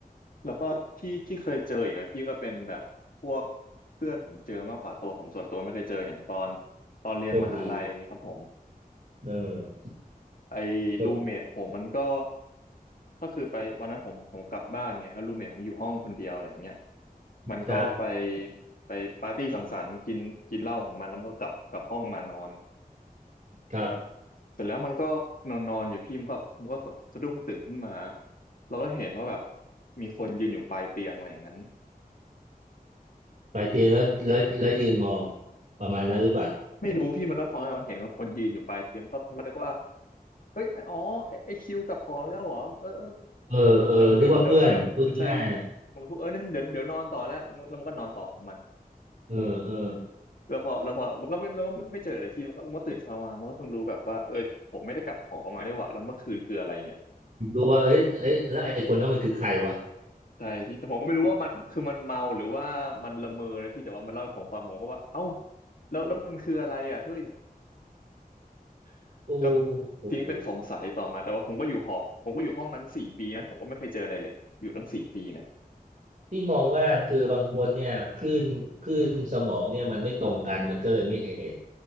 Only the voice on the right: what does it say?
โชคดีเออ
โชค
ครับ
ครับ
ไปเตียงแล้วแล้วแล้วยืนมองประมาณนั้นหรือเปล่า
เออเออนึกว่าเพื่อนพูดง่ายๆอะ
เออเออ
รู้ว่าเอ้ยเอ้ยแล้วไอ้คนนั้นมันคือใครวะ
<laughs>
โอ้
โห พี่มองว่าคือบางคนเนี่ยคลื่นคลื่นสมองเนี่ยมันไม่ตรงกันมันก็เลยไม่เห็น